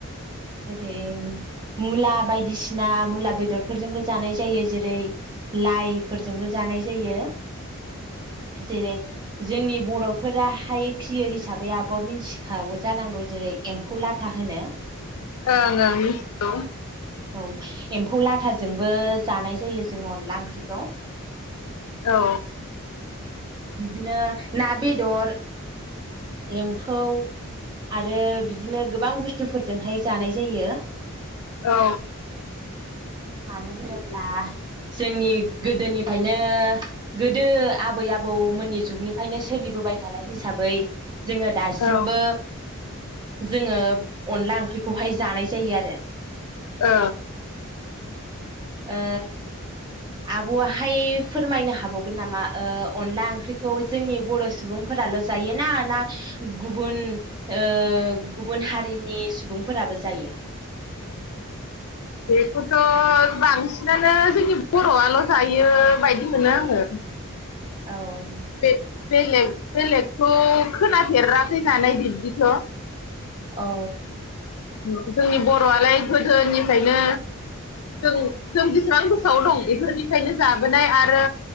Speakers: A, on the right (about 20°); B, on the left (about 80°).
A: जेरै मुला बायदिसिना मुला बेदरफोरजोंबो जानाय जायो जेरै लाइफोरजोंबो जानाय जायो। जेरै जोंनि बर'फोराहाय फियो हिसाबै आब'आ मिथिखागौ जानांगौ जेरै एम्फौ लाथा होनो।
B: ओं ओं मिथिगौ।
A: औ एम्फौ लाथाजोंबो जानाय जायो जोङो अनला ओंख्रिखौ।
B: औ
A: बिदिनो ना बेदर एम्फौ आरो बिदिनो गोबां बुस्थुफोरजोंहाय जानाय जायो।
B: औ
A: मानो होनोब्ला जोंनि गोदोनिफायनो गोदो आबै-आबौमोननि जुगनिफ्रायनो सोलिबोबाय थानाय हिसाबै जोङो दासिमबो
B: औ
A: जोंङो अनला ओंख्रिखौहाय जानाय जायो आरो।
B: ओ
A: ओ आब'आहाय फोरमायनो हाबावगोन नामा अनला ओंख्रिखौ जोंनि बर' सुबुंफोराल' जाय ना ना गुबुन ओ गुबुन हारिनि सुबुंफोराबो जायो?
B: बेखौथ' बांसिनानो जोंनि बर'आल' जायो बायदि मोनो आङो।
A: औ
B: बे बेलेग बेलेग खौ खोनाफेराखै जानाय बिब्दिथ'
A: औ
B: होनबाबो जोंनि बर'आलाय गोदोनिफ्रायनो जों जों बेसेबां गोसोआव दं बेफोरनिफ्रायनो जाबोनाय आरो